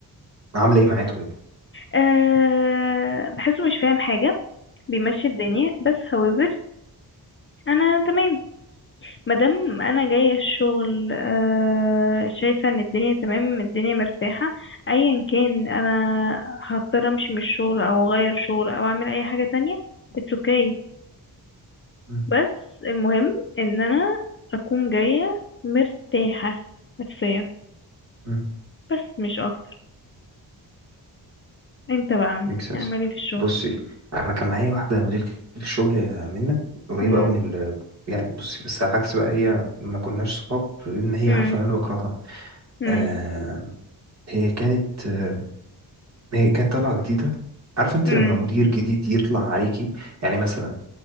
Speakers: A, on the right; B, on the left.
A: عامله ايه معاه طيب
B: آه بحسه مش فاهم حاجه بيمشي الدنيا بس however انا تمام مادام انا جايه الشغل آه، شايفه ان الدنيا تمام الدنيا مرتاحه ايا كان انا هضطر امشي من الشغل او اغير شغل او اعمل اي حاجه تانية اتس اوكي
A: مم.
B: بس المهم ان انا اكون جايه مرتاحه نفسيا
A: مم.
B: بس مش اكتر انت بقى
A: ميك سنس
B: اعمل ايه في الشغل
A: بصي انا كان معايا واحده مديرتي في الشغل منا قريبه
B: مم.
A: قوي من ال يعني بصي بس على العكس بقى هي ما كناش صحاب لان هي
B: مم.
A: عارفه ان انا بكرهها
B: مم.
A: آه هي كانت آه هي كانت طالعه جديده عارفه انت
B: مم.
A: لما مدير جديد يطلع عليكي يعني مثلا